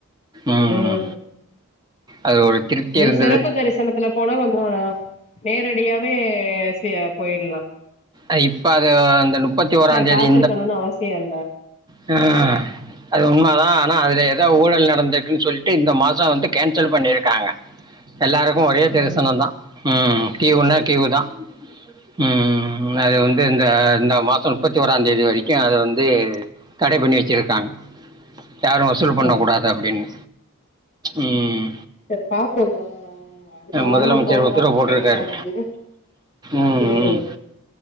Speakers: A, on the right (about 20°); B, on the left (about 30°).
A: ம்.
B: உம்
A: அது ஒரு திருப்தி
B: அது
A: இருந்தது
B: சிறப்பு தரிசனத்துல போனா கொஞ்சம் நேரடியா வே சே போயிடலாம்
A: ஐ இப்ப அது அந்த நுப்பத்தி ஓராம் தேதி
B: காத்திருக்கணுனு அவசியோ இல்ல
A: <inaudible> ஹ அது உண்ம தா ஆனா அதுல ஏதோ ஊழல் நடந்திருக்குன் சொல்ட்டு இந்த மாசம் வண்டு கேன்சல் பண்ணியிருக்காங்க எல்லாருக்கும் ஒரே தரிசனம்
B: ம்
A: தான் ம்ம் கியூனா க்யூ தா ம் ம் அது வந்து இந்த இந்த மாசம் முப்பத்திஓராம் தேதி வரைக்கும் அது வந்து தடை பண்ணிவச்சிருக்காங்க யாரும் வசூல் பண்ண
B: ஆ
A: கூடாது அப்படின்னு உம்
B: சரி பாப்போம்ல அடுத்த வாரம்
A: முதலமைச்சர்
B: போகலானு
A: உத்தரவு போட்டிருக்காரு
B: ஒரு ஐடியா இருக்கு
A: ம்
B: உம்
A: ம்